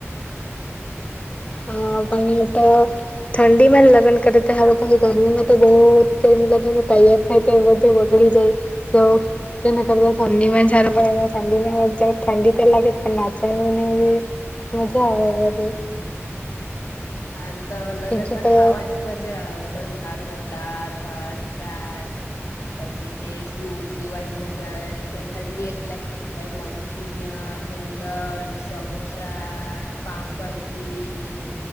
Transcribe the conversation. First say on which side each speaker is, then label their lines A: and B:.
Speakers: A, on the left; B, on the left.
A: હા પરંતુ તો ઠંડીમાં લગન કરે તો હારુ પહી ગરમીમાં તો બો ગરમી લગે. ને તૈયાર થાય તો એ બધું બગડી જાય ફોર્સ તેના કરતા ઠંડીમાં જ હારું પડે ઠંડીમાં જ ઠંડી તો લાગે પણ નાચવાનીને એવી મજા આવે <inaudible>
B: એમ તો લગનમાં
A: બીજું તો
B: ખાવાની મજા આવે બ હારુ હારું ડાર, ભાત, શાક પછી તે સૂપ પીવાની મજા આવે તે ઠંડી એટલે પહી મંચુરિય નૂડલ્સ, સમોસા, પાંઉભાજી